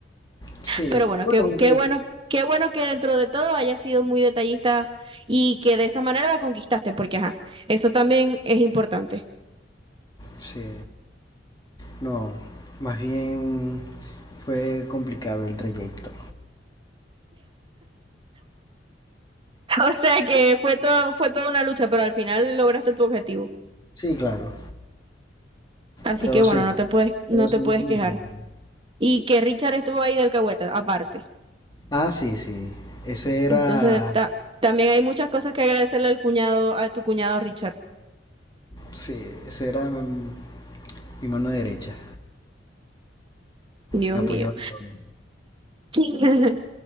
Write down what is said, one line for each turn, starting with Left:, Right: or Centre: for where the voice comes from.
Left: Sí,
Right: Pero bueno,
Left: bueno,
Right: qué,
Left: aunque
Right: qué bueno, qué bueno que dentro de todo hayas sido muy detallista y que de esa manera la conquistaste, porque ajá, eso también es importante.
Left: sí, no, más bien fue complicado el trayecto.
Right: <laughs> O sea que fue todo, fue toda una lucha, pero al final lograste tu objetivo.
Left: Sí, claro,
Right: Así
Left: todo
Right: que bueno,
Left: se dio,
Right: no te puedes, no
Left: todo se
Right: te puedes
Left: dio como
Right: quejar.
Left: planeado.
Right: Y que Richard estuvo ahí del alcahueta, aparte.
Left: Ah, sí, sí, ese era,
Right: Entonces, ta- también hay muchas cosas que agradecerle al cuñado, a tu cuñado Richard.
Left: sí, ese era mm, Mi mano derecha.
Right: Dios
Left: Me
Right: mío.
Left: apoyaba en todo.
Right: <laughs>